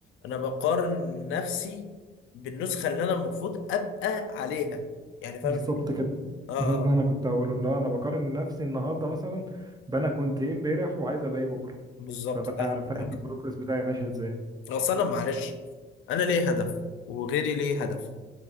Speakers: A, on the left; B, on the right.
A: انا بقارن نفسي بالنسخه اللي انا المفروض ابقى عليها يعني فاهم
B: بالظبط
A: الفكره
B: كده
A: اه
B: ده اللي
A: آه.
B: انا كنت هقوله ان هو انا بقارن نفسي النهارده مثلا بانا كنت ايه امبارح وعايز ابقى ايه بكره
A: بالظبط
B: فبقى
A: ده اهم
B: فاهم
A: حاجه
B: البروجرس بتاعي ماشي ازاي
A: اصل انا معلش انا ليه هدف وغيري ليه هدف